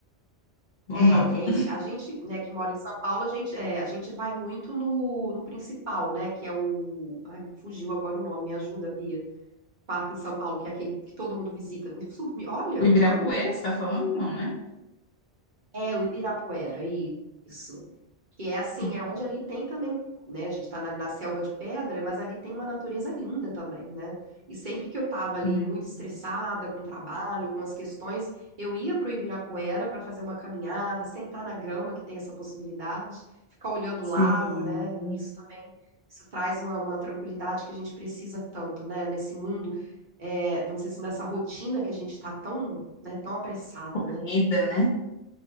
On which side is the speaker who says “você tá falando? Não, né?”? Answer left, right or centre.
Left